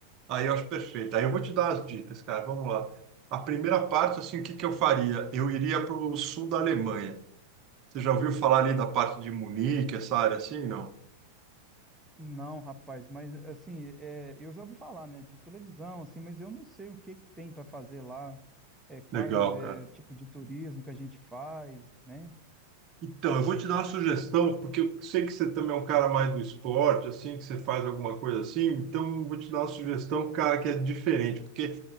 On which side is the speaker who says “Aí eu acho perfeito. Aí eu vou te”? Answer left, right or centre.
Right